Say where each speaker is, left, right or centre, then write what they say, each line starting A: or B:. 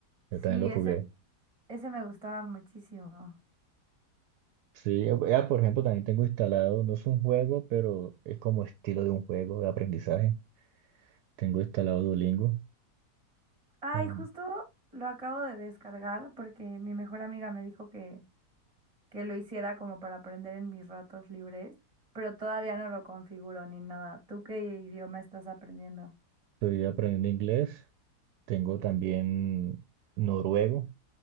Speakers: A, on the right; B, on the right.
A: Yo
B: Sí,
A: también lo jugué.
B: ese ese me gustaba muchísimo.
A: Sí, eh, ah, por ejemplo, también tengo instalado, no es un juego, pero es como estilo de un juego de aprendizaje. Tengo instalado Duolingo.
B: Ay,
A: Ay,
B: justo lo acabo de descargar porque mi mejor amiga me dijo que que lo hiciera como para aprender en mis ratos libres, pero todavía no lo configuro ni nada. ¿Tú qué idioma estás aprendiendo?
A: Estoy aprendiendo inglés. Tengo también noruego,